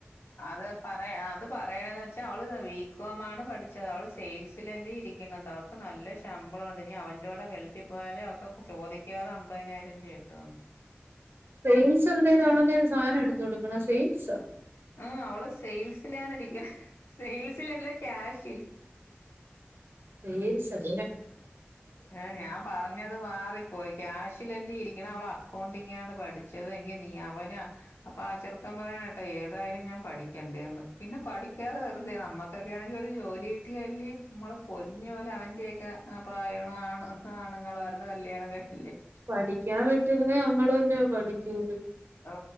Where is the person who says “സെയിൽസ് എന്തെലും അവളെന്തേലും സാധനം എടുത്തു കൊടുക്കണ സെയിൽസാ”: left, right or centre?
Right